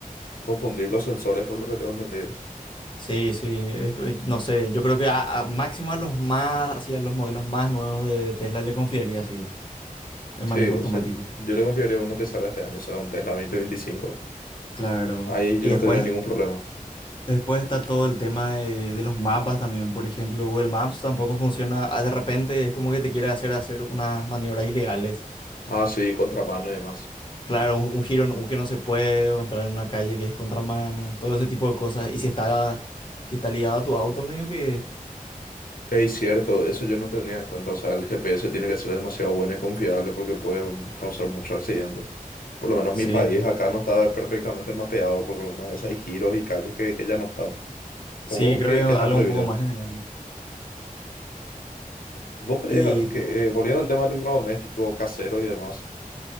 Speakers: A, on the left; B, on the left.
A: confundir los sensores, por lo que tengo entendido.
B: Sí, sí, es que, no sé, yo creo que a, a máximo a los más, así a los modelos más nuevos de Tesla le confiaría, así el
A: Sí,
B: manejo
A: o
B: automático.
A: sea, yo le confiaría a uno que salga este año, o sea, un Tesla dos mil veinticinco,
B: Claro,
A: Ahí yo
B: y
A: no
B: después,
A: tendría ningún problema.
B: después está todo el tema de, de los mapas también, por ejemplo, Google Maps tampoco funciona, ah, de repente es como que te quiere hacer hacer unas maniobras ilegales.
A: Ah, sí, contramano y demás.
B: Claro, un, un giro en U que no se puede, o entrar en una calle que es contramano, todo ese tipo de cosas. Y si está, si está ligado a tu auto, medio que...
A: Es cierto, eso yo no tenía en cuenta. O sea, el GPS tiene que ser demasiado bueno y confiable porque puede mm, causar muchos accidentes. Por lo menos
B: Sí,
A: mi país
B: sí,
A: acá no estaba perfectamente mapeado porque algunas veces hay giros y calles que, que ya no están.
B: sí,
A: Juegos
B: creo
A: que,
B: que es
A: que
B: algo
A: están prohibidos.
B: un poco más general.
A: ¿Vos crees
B: Y...
A: al- que, eh, volviendo al tema electrodoméstico, casero y demás,